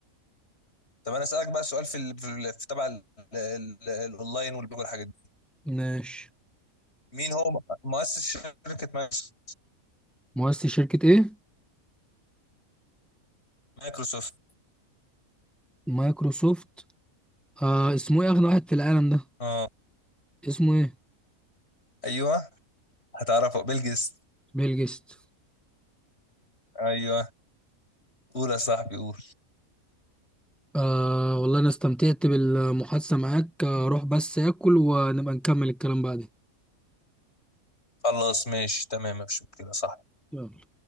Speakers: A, on the left (about 50°); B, in the centre.
A: طب انا اسالك بقى سؤال في ال- في ال- في تبع ال- ال- الاونلاين والبيج والحاجات دي
B: ماشي
A: مين هو مؤسس شركه مايكروس-
B: مؤسس شركة ايه
A: مايكروسوفت؟
B: مايكروسوفت آه اسمه ايه اغنى واحد في العالم ده
A: اه
B: اسمه ايه
A: ايوه هتعرفه بيل جيتس
B: بيل جيتس
A: ايوه قول يا صاحبي قول
B: آه والله انا استمتعت بالمحادثة معاك آه، روح بس اكل ونبقى نكمل الكلام بعدين
A: خلاص ماشي تمام مفيش مشكله صح
B: يلا